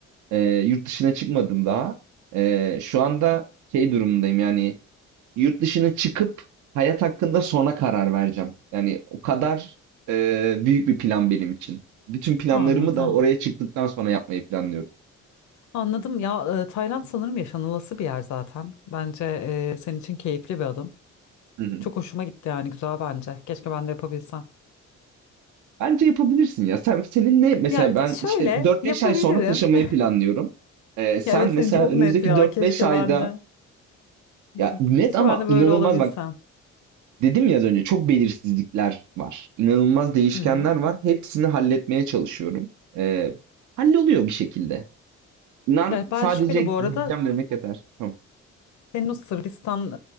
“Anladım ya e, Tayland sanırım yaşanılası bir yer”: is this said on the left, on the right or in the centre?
Left